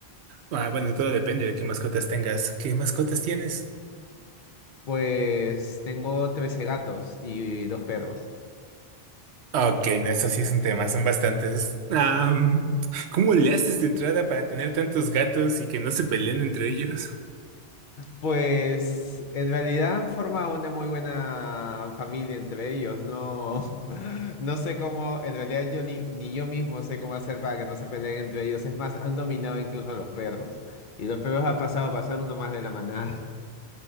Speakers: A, on the right (about 85°); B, on the left (about 55°).
A: Ah, bueno, todo depende de qué mascotas tengas. ¿Qué mascotas tienes?
B: Pues tengo 13 gatos y dos perros.
A: Ok, no, eso sí es un tema, son bastantes. Am, ¿cómo le haces de entrada para tener tantos gatos y que no se peleen entre ellos?
B: Pues en realidad han formado una muy buena familia entre ellos. No, <laughs> no sé cómo, en realidad yo ni, ni yo mismo sé cómo hacer para que no se peleen entre ellos. Es más, han dominado incluso a los perros. Y los perros han pasado a ser uno más de la manada. <laughs>